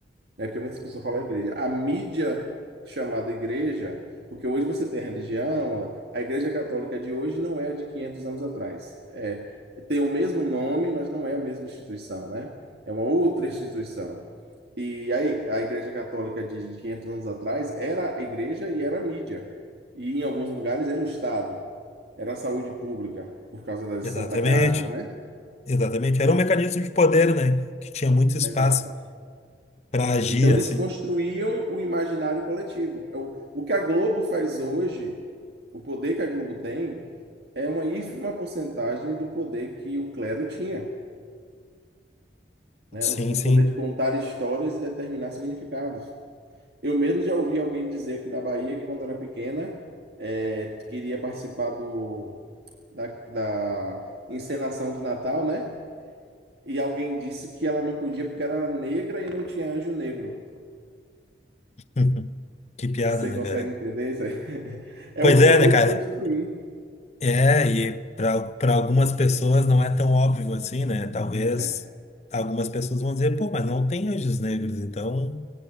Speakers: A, on the right; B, on the left.
A: né? Porque muitas pessoas falam igreja. A mídia chamada igreja, porque hoje você tem a religião, a igreja católica de hoje não é a de 500 anos atrás. É, tem o mesmo nome, mas não é a mesma instituição, né? É uma outra instituição. E aí, a igreja católica de 500 anos atrás era a igreja e era a mídia. E em alguns lugares era o Estado, era a saúde pública, por causa das
B: Exatamente.
A: Santa Casas, né?
B: Exatamente, era
A: E-
B: um mecanismo de poder, né? Que tinha muito espaço
A: Exato.
B: para agir,
A: Então, eles
B: assim.
A: construíam o imaginário coletivo. É O, o que a Globo faz hoje, o poder que a Globo tem, é uma ínfima porcentagem do poder que o clero tinha, né?
B: Sim,
A: O, o
B: sim.
A: poder de contar histórias e determinar significados. Eu mesmo já ouvi alguém dizer aqui na Bahia que, quando era pequena, é, queria participar do, da, da encenação do Natal, né? E alguém disse que ela não podia porque era negra e não tinha anjo negro.
B: <laughs> Que piada,
A: Você
B: né,
A: consegue
B: cara?
A: entender isso aí? <laughs> É
B: Pois
A: o poder
B: é, né, cara?
A: de construir.
B: É, e para para algumas pessoas não é tão óbvio assim, né? Talvez
A: É.
B: algumas pessoas vão dizer, pô, mas não tem anjos negros, então